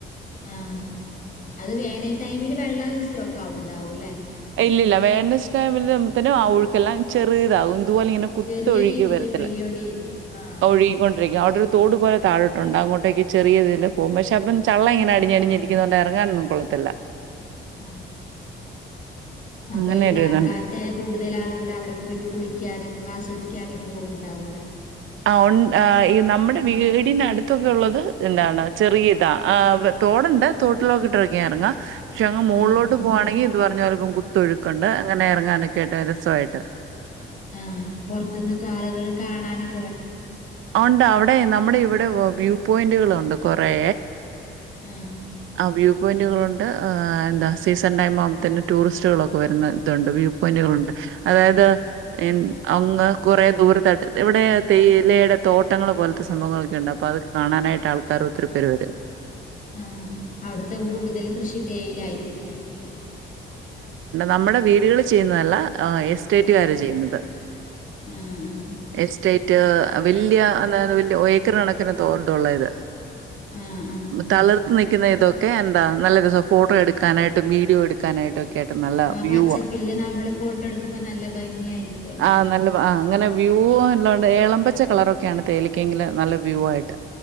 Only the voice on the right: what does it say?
ഇല്ലല്ല <unintelligible> ടൈമില് ഇതന്ന ആ ഉഴുക്കെല്ലാം ചെറിയ ഇതാവും അതുപോലെ ഇങ്ങനെ കുത്ത്
ഒഴുക്കി
വരത്തില്ല
ഒഴുകിക്കൊണ്ടിരിക്കും അവിടെ തോടുപോലൊതായോട്ടുണ്ട് അവിടൊകേ ചെറിയതിലുപോവും പഷേ ചള്ളം ഇങ്ങന അടിഞ്ഞാടി ഞ്ഞാടിനിരിക്കുന്നുണ്ട് ഇറങ്ങാനൊന്നും കൊള്ളത്തില്ല ഇല്ല
അങ്ങനെ
ഒരു
ഇതുണ്ട്.
ആ ഓ ആ ഈ നമ്മുടെ വീടിനടുത്ത് ത്തൊക്കെ ഉള്ളത് എന്താണ് ചെറിയ ഇതാ ആ തോടുണ്ട് തോട്ടിലോക്കിട്ട് ഇറങ്ങാ ക്ഷെ ആ മോളിലോട്ട്
പോവാണെങ്കിൽ ഇത് പറഞ്ഞപോലെ പൊൺകുട്ടികൾക്കുണ്ട് അങ്ങനെ ഇറങ്ങാനൊ കേട്ടാ രസയിട്ട്
ആഹ് ഉണ്ട് അവിടെ നമ്മുടെ ഇവിടെ വ്യൂ പോയിന്റുകളുണ്ട് കുറേ
ആ വ്യൂ പോയിന്റുകളുണ്ട് എന്താ സീസൺ ടൈം ആകുമ്പൾ തന്നെ <unintelligible> വരുന്ന ഇതുണ്ട് വ്യൂ പോയിന്റുകളുണ്ട് അതായത് അങ്ങ് കൊറേ ദൂരത്തട്ട് ഇവിടെ തേയിലടെ തോട്ടങ്ങൾ പോലത്തെ സംഭവങ്ങളൊക്കെണ്ട് അപ്പൊ അത് കാണാനായിട്ട് ആൾക്കാർ ഒത്തിരി പേര് വര്
നമ്മടെ വീടുകൾ ചെയ്യുന്നതല്ല എസ്റ്റേറ്റുകാര്
ചെയ്യുന്നതാ
എസ്റ്റേറ്റ് വലിയ അന്താ വലിയ ഏക്കർ കണക്കിന് തോ ഇത്
തളർത്ത് നിൽക്കുന്ന ഇതൊക്കെ എന്താ നല്ല രസം ഫോട്ടോ എടുക്കാനായിട്ടും വീഡിയോ എടുക്കാനായിട്ടുക്കെ കേട്ട് നല്ല
വ്യൂ
ആ നല്ല ആ അങ്ങനെ വ്യൂ എല്ലണ്ട് ഏളമ്പച്ച കളറൊക്കെയാണ് തേലക്കെങ്കില് നല്ല വ്യൂ ആയിട്ട്